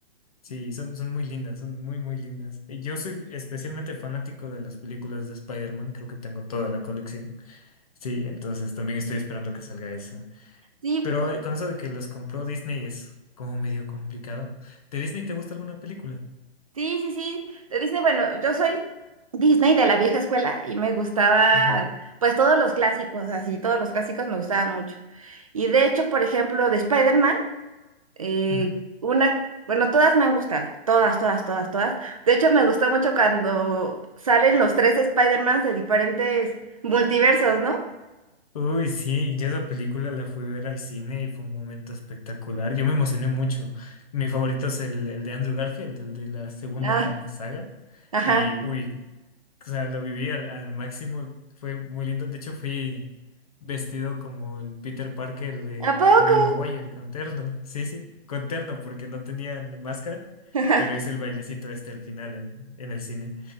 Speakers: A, on the left; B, on the right.
A: Sí, son, son muy lindas, son muy, muy lindas. Y Yo soy especialmente fanático de las películas de Spider-Man, creo que tengo toda la colección. Sí, entonces también estoy esperando que salga esa.
B: sí,
A: Pero eh, con eso de que los compró Disney es como medio complicado. ¿De Disney te gusta alguna película?
B: sí, sí, sí. De Disney, bueno, yo soy Disney de la vieja escuela y me gustaban,
A: Ujú,
B: pues todos los clásicos, así, todos los clásicos me gustaban mucho. Y de hecho, por ejemplo, de Spider-Man. Eh,
A: ujú.
B: una, bueno, todas me han gustado, todas, todas, todas, todas. De hecho, me gustó mucho cuando salen los tres Spider-Mans de diferentes multiversos, ¿no?
A: Uy, sí, yo esa película la fui a ver al cine y fue un momento espectacular. Yo me emocioné mucho. Mi favorito es el, el de Andrew Garfield, el de la segunda
B: Ah,
A: saga.
B: ajá.
A: Y uy, O sea, lo viví al, al máximo, fue muy lindo. De hecho, fui vestido como el Peter Parker de
B: ¿A poco?
A: Tobey Maguire, con terno. Sí, sí, con terno, porque no tenían máscara,
B: <laughs>
A: pero hice el bailecito este al final en, en el cine.